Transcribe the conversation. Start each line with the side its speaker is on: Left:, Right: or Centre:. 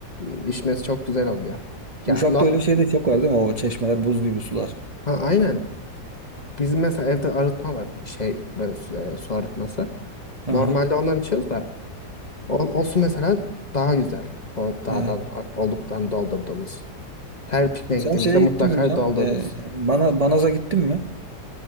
Left: e, içmesi çok güzel oluyor.
Right: Uşak'ta
Left: Ya no,
Right: öyle şey de çok var değil mi? O çeşmeler buz gibi sular.
Left: ha, aynen. Bizim mesela evde arıtma var şey böyle su, e, su arıtması. Normalde
Right: Aha,
Left: ondan içiyoruz da o, o su mesela daha güzel. O dağdan
Right: evet.
Left: ak- olduktan doldurduğumuz. Her pikniğe
Right: Sen
Left: gittiğimizde
Right: şeye
Left: mutlaka
Right: gittin mi Can?
Left: doldururuz.
Right: Ee, bana Banaz'a gittin mi?